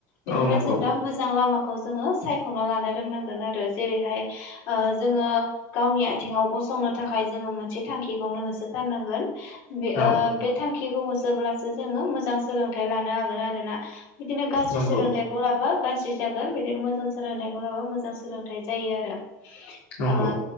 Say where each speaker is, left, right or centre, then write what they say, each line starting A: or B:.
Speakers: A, on the left (about 65°); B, on the left (about 80°).
A: बिदिनो
B: औ नंगौ
A: जों दा मोजां लामा खौ जों सायख'ना लानो रोंनांगोन आरो जेरैहाय ओ जोङो गावनि आथिंङाव ग संनो थाखाय जोङो मोनसे थांखिखौनो होसोथारनांगोन। बे
B: औ
A: ओ बे थांखिखौ होसोब्लासो जोङो मोजां सोलोंथाइ लानो हागोन आरोना। बिदिनो गाज्रि
B: नंगौ
A: सोलोंथाइखौ लाबा गाज्रि जागोन बिदिनो मोजां सोलोंथाइखौ लाबा मोजां सोलोंथाइ जायो आरो।
B: नंगौ
A: आ